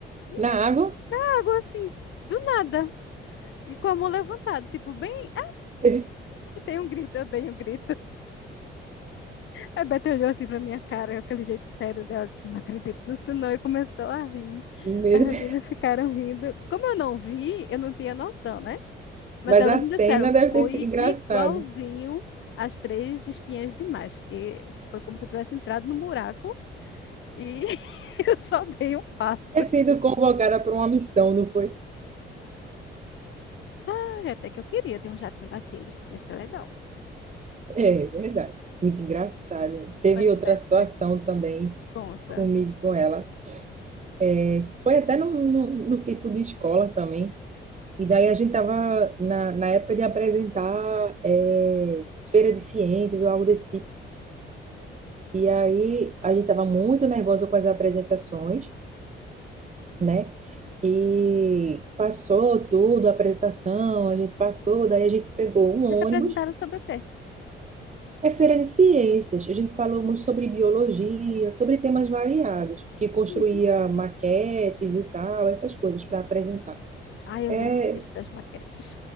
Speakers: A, on the left; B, on the right.
A: E
B: Na
A: f-
B: água?
A: na água, assim, do nada. E com a mão levantada, tipo, bem,
B: <laughs>
A: e dei um grito, eu dei um grito. A Beth olhou assim pra minha cara, com aquele jeito sério dela, disse, não acredito nisso não, e começou a rir.
B: Meu
A: As meninas
B: Deus.
A: ficaram rindo. Como eu não vi, eu não tinha noção, né? Mas
B: Mas
A: elas
B: a cena
A: me disseram,
B: deve
A: foi
B: ter sido engraçada.
A: igualzinho as três espinhas demais, porque foi como se eu tivesse entrado no buraco e <laughs> eu só dei um passo.
B: Ter sido convocada para uma missão, não foi?
A: Ai, até que eu queria ter um jatinho daquele. Ia ser legal.
B: É, é verdade. Muito engraçada. Teve
A: Mas
B: outra
A: vai
B: situação
A: ser?
B: também
A: Conta.
B: comigo, com ela. É, foi até no, no, no tipo de escola também. E daí a gente estava na, na época de apresentar é, feira de ciências ou algo desse tipo. E aí a gente estava muito nervosa com as apresentações, né? E passou tudo, a apresentação, a gente passou, daí a gente pegou um ônibus
A: Vocês se apresentaram sobre o quê?
B: É feira de ciências. A gente falou muito sobre biologia, sobre temas variados, que construía
A: Uhum.
B: maquetes e tal, essas coisas para apresentar.
A: Ai, eu
B: É,
A: lembro do tempo das maquetes.